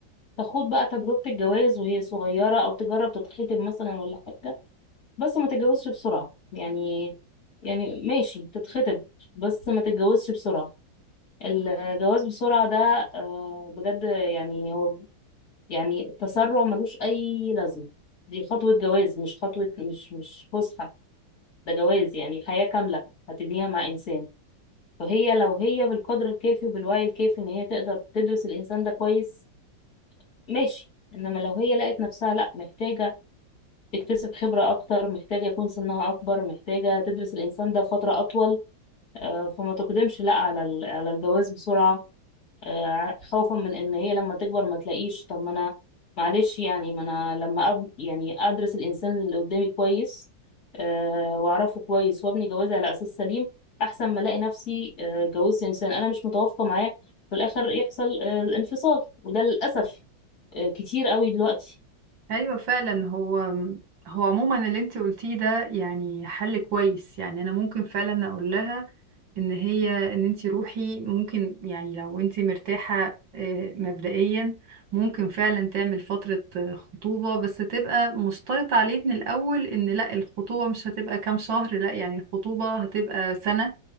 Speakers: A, on the left; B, on the right.
A: تاخد بقى تجربة الجواز وهي صغيرة أو تجرب تتخطب مثلا ولا حاجة بس ما تتجوزش بسرعة يعني يعني ماشي تتخطب بس ما تتجوزش بسرعة الجواز بسرعة ده آه، بجد يعني هو يعني تسرع ملوش أي لازمة دي خطوة جواز مش خطوة مش مش فسحة ده جواز يعني حياة كاملة هتبنيها مع إنسان فهي لو هي بالقدر الكافي وبالوعي الكافي إن هي تقدر تدرس الإنسان ده كويس ماشي إنما لو هي لقت نفسها لأ محتاجة تكتسب خبرة أكتر محتاجة يكون سنها أكبر محتاجة تدرس الإنسان ده فترة أطول آه، فما تقدمش لا على ال- على الجواز بسرعة آه، خوفا من إن هي لما تكبر ما تلاقيش طب ما أنا معلش يعني ما أنا لما أب- يعني أدرس الإنسان اللي قدامي كويس آه، وأعرفه كويس وأبني جوازي على أساس سليم أحسن ما ألاقي نفسي آه، اتجوزت إنسان أنا مش متوافقة معاه في الآخر يحصل آه، انفصال وده للأسف آه، كتير قوي دلوقتي
B: ايوه فعلا هو هو عموما اللي انت قلتيه ده يعني حل كويس يعني انا ممكن فعلا اقول لها ان هي ان انت روحي ممكن يعني لو انت مرتاحة آه، مبدئيا ممكن فعلا تعمل فترة آه، خطوبة بس تبقى مشترط عليه من الاول ان لا الخطوبة مش هتبقى كام شهر لا يعني الخطوبة هتبقى سنة